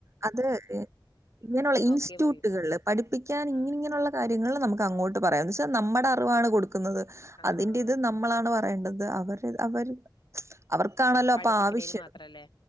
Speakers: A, on the right (about 35°); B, on the left (about 75°).
A: അത് ഏഹ് ഇങ്ങനെയുള്ള ഇൻസ്റ്റുട്ടുകളില്
B: ഓക്കെ പറയും
A: പഠിപ്പിക്കാൻ ഇങ്ങിനിങ്ങിനൊള്ള
B: ആഹ്
A: കാര്യങ്ങളില് നമക്ക ങ്ങോട്ട് പറയാം ന്ന്ച്ച് ത് നമ്മട റിവാണ് കൊടുക്കുന്നത്.
B: ആഹ്
A: അതിന്റെ ത് നമ്മളാണ് പ വേണ്ടത് അവര്ടെത് അവര് അവർക്കാണല്ലോ
B: ആഹ് പഠിപ്പിക്കണേന്
A: അപ്പൊ ആവശ്യം
B: മാത്രല്ലേ